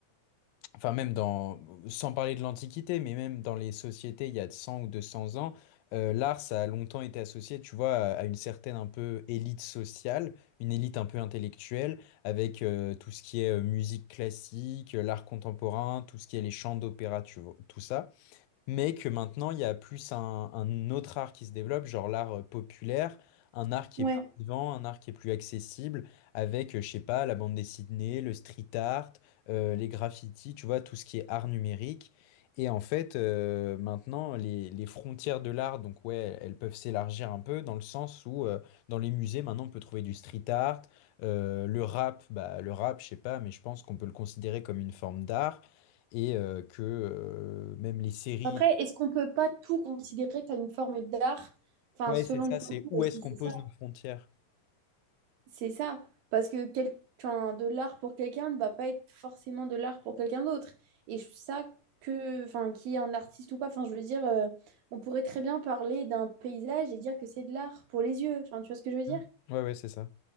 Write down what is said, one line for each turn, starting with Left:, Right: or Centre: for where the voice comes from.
Left: enfin même dans, sans parler de l'Antiquité, mais même dans les sociétés il y a 100 ou 200 ans, euh, l'art, ça a longtemps été associé, tu vois, à, à une certaine un peu élite sociale, une élite un peu intellectuelle, avec euh, tout ce qui est euh, musique classique, euh, l'art contemporain, tout ce qui est les chants d'opéra, tu vois, tout ça mais que maintenant il y a plus un, un autre art qui se développe, genre l'art euh, populaire, un art qui
Right: Ouais.
Left: est plus vivant, un art qui est plus accessible, avec, euh, je sais pas, la bande dessinée, le street art, euh, les graffitis, tu vois, tout ce qui est art numérique. Et en fait, euh, maintenant, les, les frontières de l'art, donc ouais, elles peuvent s'élargir un peu dans le sens où euh, dans les musées, maintenant, on peut trouver du street art, euh, le rap, bah, le rap, je sais pas, mais je pense qu'on peut le considérer comme une forme d'art et euh, que euh, même les séries.
Right: Après, est-ce qu'on peut pas tout considérer comme une forme d'art? Enfin,
Left: Ouais,
Right: selon
Left: c'est ça,
Right: toi
Left: c'est où
Right: aussi,
Left: est-ce qu'on
Right: c'est
Left: pose
Right: ça.
Left: nos frontières.
Right: C'est ça. Parce que quel... enfin, de l'art pour quelqu'un ne va pas être forcément de l'art pour quelqu'un d'autre. Et je trouve ça que, enfin, qu'il y ait un artiste ou pas, enfin, je veux dire, euh, on pourrait très bien parler d'un paysage et dire que c'est de l'art pour les yeux. Enfin, tu vois ce que je veux dire?
Left: Mm. Ouais, ouais, c'est ça.